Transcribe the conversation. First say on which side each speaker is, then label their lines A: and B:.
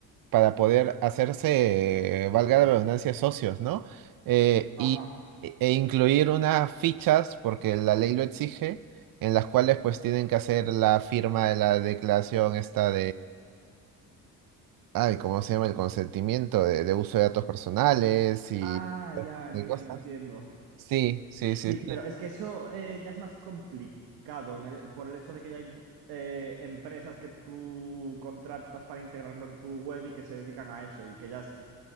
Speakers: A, on the right (about 60°); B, on the right (about 75°).
A: para poder hacerse, eh, valga la redundancia, socios, ¿no? Eh,
B: Ajá.
A: y, e e incluir unas fichas, porque la ley lo exige, en las cuales pues tienen que hacer la firma de la declaración esta Ay, ¿cómo se llama? El consentimiento de, de uso de datos personales y,
B: Ah, ya, entiendo,
A: y cosas.
B: entiendo.
A: Sí, sí,
B: Sí,
A: sí, sí.
B: pero es que eso eh, ya es más complicado en el- por el hecho de que ya hay eh, empresas que tú contratas para integrarlo en tu web y que se dedican a eso y que ya, es-